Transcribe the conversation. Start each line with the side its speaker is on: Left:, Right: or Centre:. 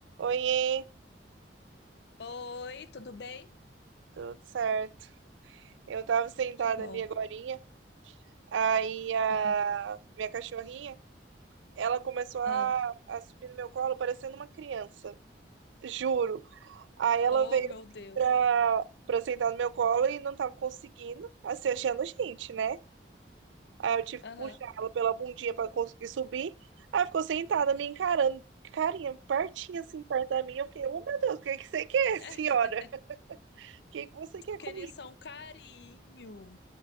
Right: Oiê,
Left: Oi, tudo bem?
Right: tudo certo? Eu tava sentada
Left: Que bom.
Right: ali agorinha, aí a
Left: Ah,
Right: minha cachorrinha, ela começou a,
Left: ah.
Right: a subir no meu colo parecendo uma criança, juro. Aí ela
Left: Oh,
Right: veio
Left: meu
Right: assim
Left: Deus.
Right: pra, pra sentar no meu colo e não tava conseguindo, assim, achando gente, né? Aí eu tive que
Left: Aham.
Right: puxar ela pela bundinha pra conseguir subir, aí ficou sentada me encarando, carinha, pertinho assim, perto da minha, eu fiquei, oh meu Deus, o que que você quer,
Left: <laughs>
Right: <laughs> senhora? O que que você quer
Left: Queria
Right: comigo?
Left: só um carinho.